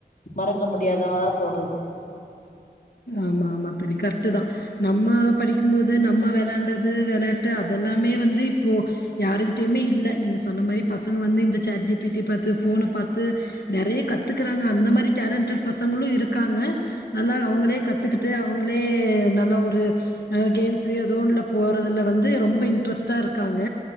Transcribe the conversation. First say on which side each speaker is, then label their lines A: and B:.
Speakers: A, on the left; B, on the left.
A: மறக்க முடியாததா தோணுது
B: ஆமா ஆமா தோழி கரெக்டு தா நம்ம படிக்கும்போது நம்ம வெலான்டது விளையாட்டு அதெல்லாமே வந்து இப்போ யாருக்கிட்டயுமே இல்லை நீங்க சொன்ன மாதிரி பசங்க வந்து இந்த சார்ஜீ பீட்டி பார்த்து போனை பார்த்து நிறைய கத்துக்குராக அந்த மாதிரி டேலண்டட் பசங்களும் இருக்காங்க அதனால அவங்களே கத்து கத்துக்கிட்டு அவங்களே நல்ல ஒரு கேம்ஸ் ஏதோ ஒன்னுல போறதுல வந்து ரொம்ப இன்ட்ரஸ்டா இருக்காங்க